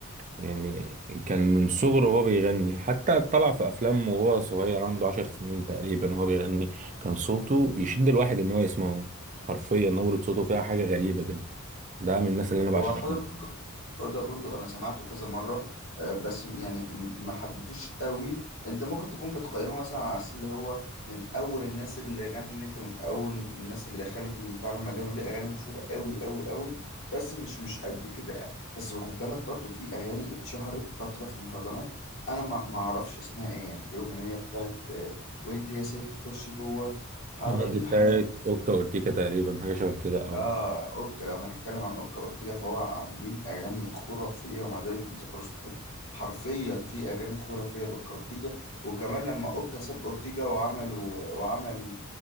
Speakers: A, on the right; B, on the left.
A: يعني كان من صغره وهو بيغني حتى طلع في افلام وهو صغير عنده عشر سنين تقريبا وهو بيغني كان صوته يشد الواحد ان هو يسمعه حرفيا نبرة صوته فيها حاجة غريبة كده ده من الناس اللي انا بعشقهم
B: هو حوض بندق حوض بندق انا سمعته كذا مره آه، بس يعني م- ما حبيتوش قوي انت ممكن تكون بتقيمه مثلا على اساس اللي هو من اول الناس اللي غنت ومن اول الناس اللي دخلت اللي بتاع المجال وليه اغاني مشهوره قوي قوي قوي بس مش مش قد كده يعني بس خد بالك برضو في اغاني اتشهرت فتره في المهرجانات انا ما ما اعرفش اسمها ايه يعني في اغنيه بتاعت آه، وانت يا ست خش جوه حاره
A: دي
B: دي
A: بتاعت
B: حاره
A: اوكا اورتيكا تقريبا حاجه شبه كده او
B: اه اوكا لو هنتكلم عن اوكا اورتيجا فهو عاملين اغاني خرافيه ومع ذلك ما بيتذكروش في حته حرفيا في اغاني خرافيه لاوكا اورتيجا وكمان لما اوكا ساب اورتيجا وعملوا وعمل